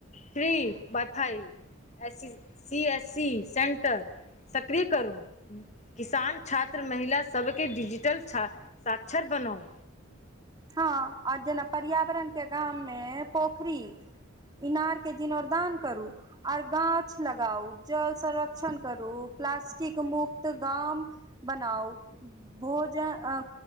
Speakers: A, on the left (about 35°); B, on the right (about 20°).
A: फ्री वाइ फाइ C C S C centre सक्रिय करू। किसान छात्र महिला सबके डिजिटल छा साक्षर बनाउ।
B: हँ आओर जेना पर्यावरण के गाम मे पोखरी इनारके जीर्णोदान करू। आर गाछ लगाउ जल संरक्षण करू प्लास्टिक मुक्त गाम। बनाउ भोज अ